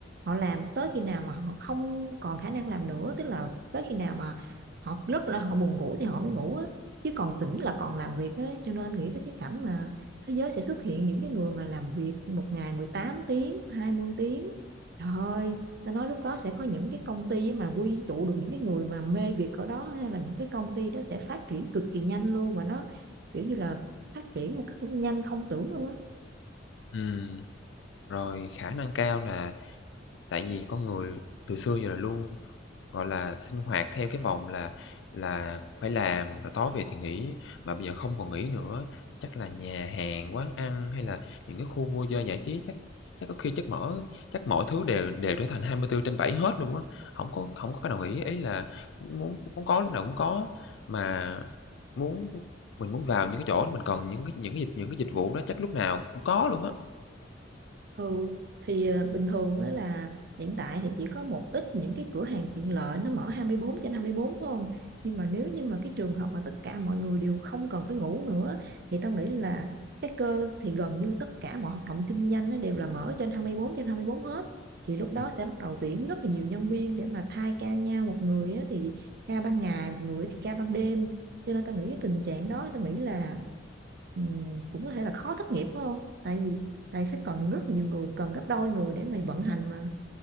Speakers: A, on the right; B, on the left.
A: họ làm tới khi nào mà họ không còn khả năng làm nữa tức là tới khi nào mà họ rất là họ buồn ngủ thì họ mới ngủ á chứ còn tỉnh là còn làm việc á cho nên nghĩ tới cái cảnh mà thế giới sẽ xuất hiện những cái người mà làm việc một ngày 18 tiếng hai mươi tiếng trời ơi ta nói lúc đó sẽ có những cái công ty mà quy tụ được những cái người mà mê việc ở đó hay là những cái công ty đó sẽ phát triển cực kỳ nhanh luôn và nó kiểu như là phát triển một cách nhanh không tưởng luôn á
B: Ừ, rồi khả năng cao là Tại vì con người từ xưa giờ là luôn, gọi là, sinh hoạt theo cái vòng là là phải làm, rồi tối về thì nghỉ, mà bây giờ không còn nghỉ nữa. Chắc là nhà hàng, quán ăn hay là những cái khu vui chơi giải trí chắc chắc có khi chắc mở chắc mọi thứ đều đều trở thành 24/7 hết luôn á, không có không có cái nào nghỉ. Ý là muốn muốn có lúc nào cũng có, mà muốn mình muốn vào những cái chỗ đó mình cần những cái những cái dịch những cái dịch vụ đó chắc lúc nào cũng có luôn á.
A: Ừ, thì ờ, bình thường đó là hiện tại thì chỉ có một ít những cái cửa hàng tiện lợi nó mở 24 trên 24 phải không? Nhưng mà nếu như mà cái trường hợp mà tất cả mọi người đều không cần phải ngủ nữa thì tao nghĩ là cái cơ thì gần như tất cả mọi hoạt động kinh doanh nó đều là mở trên 24 trên 24 hết. Thì lúc đó
B: Ừm.
A: sẽ bắt đầu tuyển rất là nhiều nhân viên để mà thay ca nhau một người á, thì ca ban ngày, một người thì ca ban đêm. Cho nên tao nghĩ cái tình trạng đó tao nghĩ là ừ, cũng có thể là khó thất nghiệp phải không? Tại vì tại phải cần rất là nhiều người cần gấp đôi người để mày vận hành mà